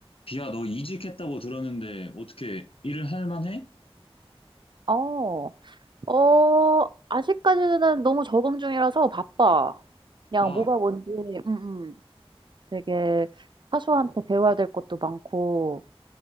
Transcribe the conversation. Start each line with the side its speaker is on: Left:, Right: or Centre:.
Left: 비야, 너 이직했다고 들었는데 어떻게 일을 할 만해?
Right: 어, 어, 아직까지는 너무 적응 중이라서 바빠. 그냥
Left: 막,
Right: 뭐가 뭔지, 음, 음. 되게 사수한테 배워야 될 것도 많고,